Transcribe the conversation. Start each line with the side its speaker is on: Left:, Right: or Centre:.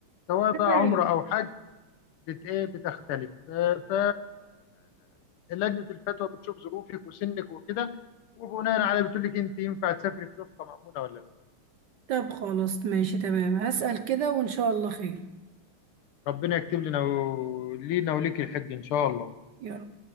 Left: سواء
Right: تمام
Left: بقى عمرة أو حج بت ايه بتختلف ف لجنه الفتوى بتشوف ظروفك وسنك وكده وبناء عليه بتقول لك انت ينفع تسافري في وفقه مأمونه ولا لا
Right: طب خلاص ماشي تمام هسأل كده وإن شاء الله خير
Left: ربنا يكتب لنا ولينا وليك الحج ان شاء الله
Right: يلا